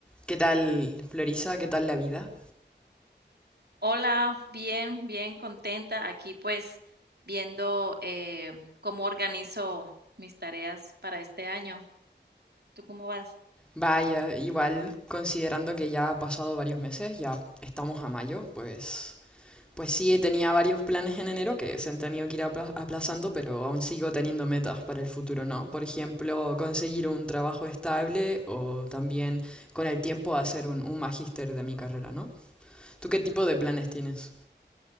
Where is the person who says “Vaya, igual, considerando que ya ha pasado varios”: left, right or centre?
Centre